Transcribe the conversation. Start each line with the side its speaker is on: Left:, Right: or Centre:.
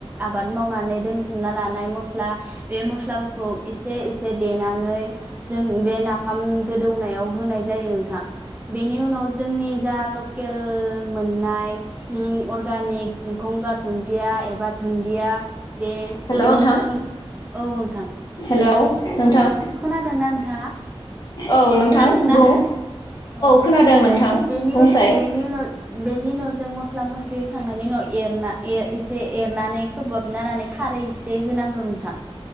Right: आबाद मावनानै दोनथुमना लानाय मस्ला बे मस्लाफोरखौ एसे एसे देनानै जों बे नाफाम गोदौनायाव होनाय जायो नों थां बेनि उनाव जोंनि जा ल केल मोननाय ओम अर्गानिक गंगार दुन्दिया एबा दुन दिया बे
Left: हेल'
Right: बेखौ
Left: नोंथां
Right: जों औ नोंथां
Left: हेलौ नोंथां
Right: खोनादोंना नोंथाङा
Left: औ नोंथां
Right: खोनादोंना
Left: बुं
Right: औ
Left: खोनादों नोंथां
Right: बेनि
Left: बुंसाय
Right: उन बेनि उनाव बेनिनो जों मस्ला मस्लि होखांनायनि उनाव एरना ए एसे एरनानै खोबाब नानानै खारै एसे होनांगौ नोंथां।